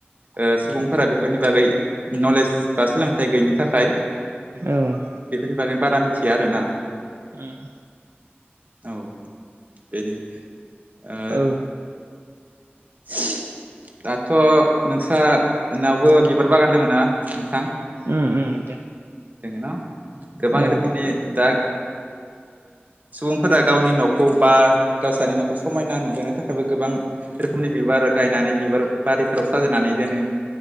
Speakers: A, on the right (about 40°); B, on the right (about 80°).
A: ओ सुबुंफोरा बेफोरनि बागै नलेज बा सोलोंथाइ गैयैनि थाखाय
B: उम
A: बेफोरनि बागै बारा मिथिया आरो ना।
B: ओम
A: औ बेनो ओ
B: औ
A: <unintelligible> दाथ' नोंस्रा नावबो बिबार बागान दोङ ना नोंसां
B: ओम ओम
A: जोंङो ना गोबां
B: औ
A: रोखोमनि दा सुबुंफोरा गावनि न'खौ बा गावसानि न'खौ समायना नुहोनो थाखायबो गोबां रोखोमनि बिबार गायनानै बिबार बारिफोराव साजायनानै दोनो